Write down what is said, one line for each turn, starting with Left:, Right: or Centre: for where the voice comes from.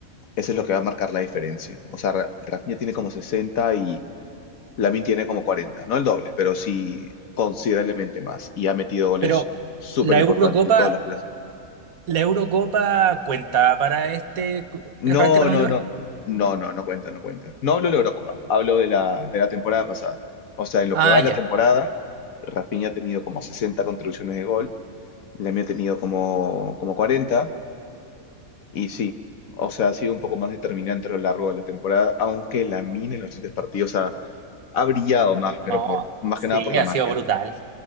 Left: Eso es lo que va a marcar la diferencia. O sea, Ra- Rafinha tiene como 60 y Lamine tiene como 40, no el doble, pero sí considerablemente más. Y ha metido goles
Right: Pero
Left: súper
Right: la
Left: importantes
Right: Eurocopa,
Left: y todos los clásicos.
Right: la Eurocopa cuenta para este,
Left: No,
Right: para este Balón
Left: no,
Right: de Oro.
Left: no. No, no, no cuenta, no cuenta. No hablo de la Eurocopa, hablo de la, de la temporada pasada. O sea, en lo
Right: Ah,
Left: que va de
Right: ya.
Left: la temporada, Rafinha ha tenido como 60 contribuciones de gol, Lamine ha tenido como, como 40. y sí, o sea, ha sido un poco más determinante a lo largo de la temporada, aunque Lamine en los siguientes partidos ha, ha brillado más, pero
Right: No,
Left: por más
Right: sí,
Left: que nada por la
Right: ha
Left: magia.
Right: sido brutal.